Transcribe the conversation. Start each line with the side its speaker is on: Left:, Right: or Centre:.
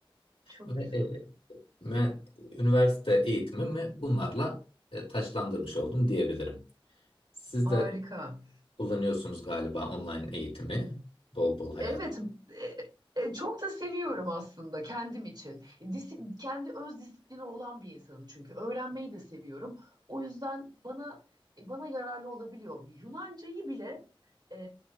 Right: Çok
Left: ve
Right: güzel.
Left: e, ve üniversite eğitimimi bunlarla e, taçlandırmış oldum diyebilirim. Siz
Right: Harika.
Left: de kullanıyorsunuz galiba online eğitimi. Bol bol hayat.
Right: Evet, e, e, çok da seviyorum aslında kendim için. Disi- kendi öz disiplini olan bir insanım çünkü öğrenmeyi de seviyorum. O yüzden bana e, bana yararlı olabiliyor. Yunancayı bile e,